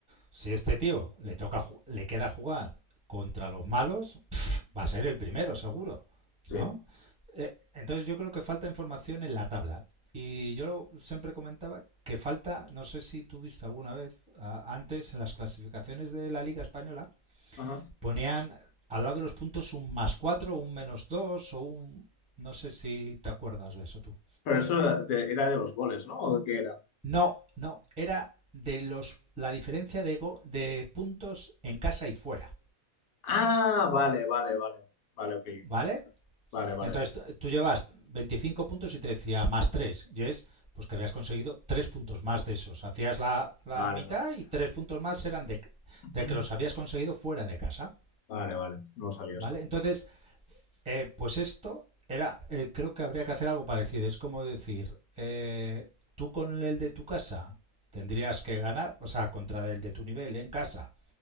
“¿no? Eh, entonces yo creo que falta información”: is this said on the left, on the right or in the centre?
Centre